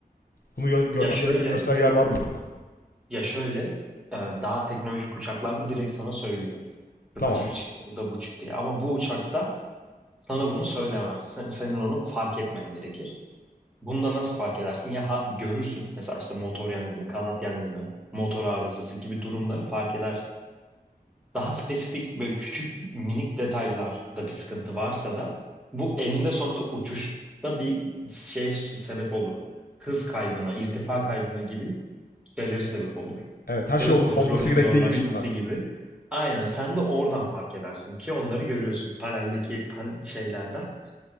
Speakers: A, on the left; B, in the centre.
A: Bunu gö- görmem
B: Ya şöyle
A: gereken göstergeler var mı önünde?
B: ya şöyle e, daha teknolojik uçaklarda direkt sana söylüyor. Şurada
A: Tamam.
B: şu çıktı, burada bu çıktı. diye. Ama bu uçakta sana bunu söylemez. Sen, senin onu fark etmen gerekir. Bunda nasıl fark edersin? Ya ha- görürsün mesela işte motor yangını, kanat yangını, motor arızası gibi durumları fark edersin. Daha spesifik böyle küçük minik detaylarda bir sıkıntı varsa da bu eninde sonunda uçuşta bir şeye sebep olur. Hız kaybına, irtifa kaybına gibi şeyleri sebep olur.
A: Evet her şey
B: Ya da
A: ol-
B: kontrolün
A: olması gerektiği
B: zorlaşması
A: gibi gitmez.
B: gibi. Aynen sen de oradan fark edersin ki onları görüyorsun paneldeki pan şeylerden.